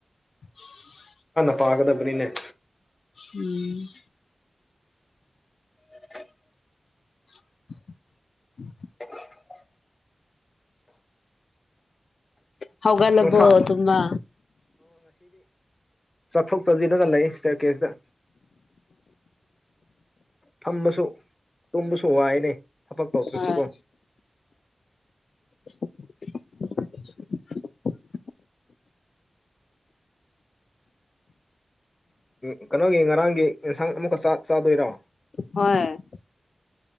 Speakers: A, on the left (about 85°); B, on the left (about 25°).
A: <unintelligible>
B: ꯄꯥꯒꯗꯕꯅꯤꯅꯦ
A: ꯎꯝ
B: <unintelligible>
A: <unintelligible>
B: <unintelligible>
A: ꯍ ꯍꯧꯒꯂꯕꯣ
B: ꯅꯨꯡꯁꯥ
A: ꯇꯨꯃ
B: ꯁꯠ ꯊꯣꯛꯆꯁꯤꯜꯔꯒ ꯂꯩ ꯁꯇꯔ ꯀꯦꯖꯇ ꯐꯝꯝꯕꯁꯨ ꯇꯨꯝꯕꯁꯨ ꯋꯥꯏꯅꯦ ꯊꯕꯛ ꯇꯧꯗ꯭ꯔꯁꯨꯀꯣ
A: ꯍꯣꯏ <unintelligible>
B: ꯎ ꯀꯩꯅꯣꯒꯤ ꯉꯔꯥꯡꯒꯤ ꯌꯦꯟꯁꯥꯡ ꯑꯃꯨꯛꯀ ꯆ ꯆꯥꯗꯣꯏꯔꯣ
A: ꯍꯣꯏ